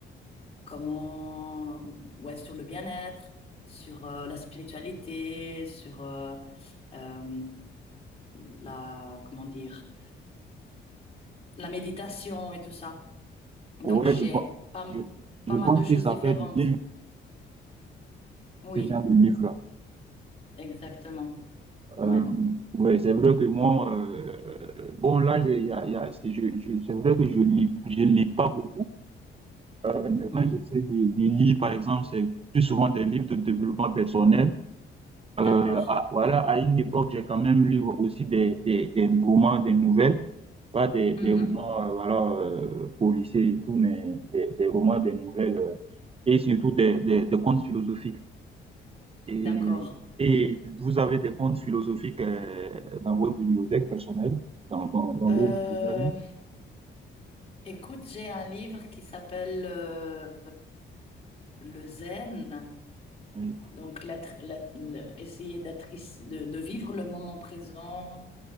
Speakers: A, on the left; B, on the right.
A: comment, ouais, sur le bien-être, sur euh, la spiritualité, sur euh, euh, la, comment dire, la méditation et tout ça. Donc,
B: Ouais,
A: j'ai
B: je, pense-
A: pas, m-
B: je, je
A: pas mal
B: pense
A: de choses
B: que ça
A: différentes.
B: fait du bien,
A: Oui,
B: ces genres de livres-là.
A: exactement.
B: Euh,
A: Ouais.
B: ouais, c'est vrai que moi, euh, bon, là, j'ai- il y a- il y a- c'est je- je- c'est vrai que je lis, je lis pas beaucoup. Euh, maintenant,
A: Mhm.
B: j'essaie de, de lire, par exemple, c'est plus souvent des livres de développement personnel. Euh,
A: D'accord.
B: à- voilà, à une époque, j'ai quand même lu aussi des, des, des romans, des nouvelles, pas des, des
A: Mhm.
B: romans, euh, voilà, euh, policiers et tout, mais des, des romans, des nouvelles, euh, et surtout des, des, des contes philosophiques et,
A: D'accord.
B: et vous avez des comptes philosophiques euh, dans votre bibliothèque personnelle, dans, dans, dans
A: Euh,
B: vos bibliothèques.
A: écoute, j'ai un livre qui s'appelle euh, le zen,
B: Oui.
A: donc la tr- la- le- essayer d'attric- de, de vivre le moment présent,